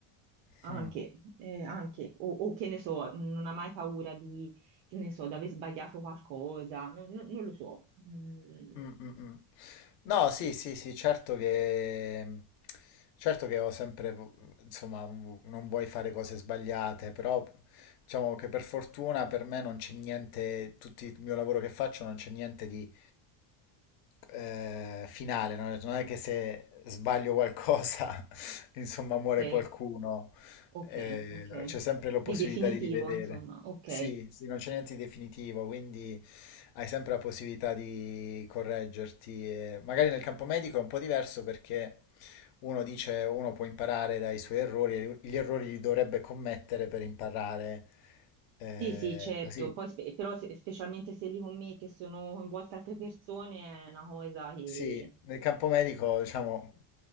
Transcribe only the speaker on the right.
anche,
eh, anche, o, o che ne so, non ha mai paura di, che ne so, di aver sbagliato qualcosa, non, non- non lo so. Mm,
ok,
ok,
ok.
Di definitivo,
insomma, ok.
Sì, sì, certo,
poi spe- però se- specialmente se li commetti e sono coinvolte altre persone è una cosa che...